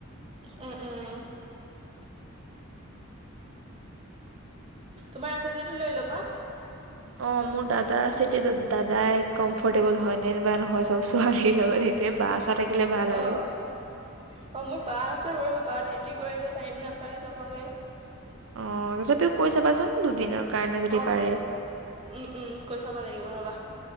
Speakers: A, on the right; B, on the right.
A: উম, উম। তোমাৰ আছে যদি লৈ ল'বা।
B: অ', মোৰ দাদা আছে, এতিয়া দাদাই কমফৰ্টেবল হয়নে বা নহয় ব ছোৱালীৰ লগত সেইটোৱে
A: সেইটো
B: বা চা থাকিলে ভাল
A: অ',
B: আৰু।
A: অ', মোৰ বা আছে বাৰু, বা ডিউটি কৰে যে টাইম নাপায় যাবলে।
B: অ', তথাপিও কৈ চাবাচোন দুদিনৰ কাৰণে যদি
A: অ',
B: পাৰে
A: উম, উম, কৈ চাব লাগিব ৰ'বা।